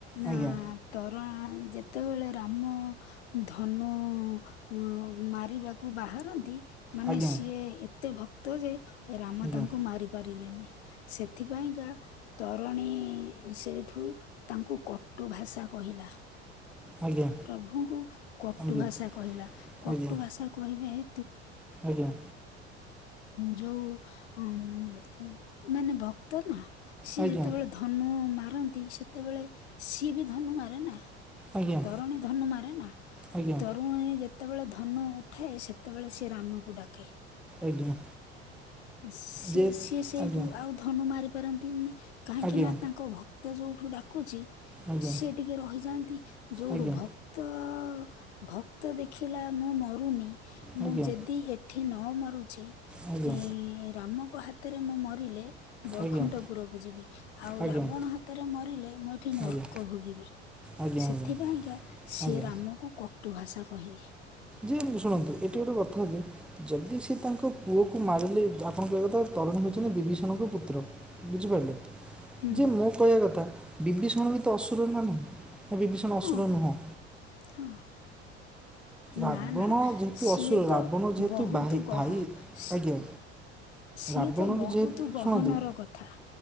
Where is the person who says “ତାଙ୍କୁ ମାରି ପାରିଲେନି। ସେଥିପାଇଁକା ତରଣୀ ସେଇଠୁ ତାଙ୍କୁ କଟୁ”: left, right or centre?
Left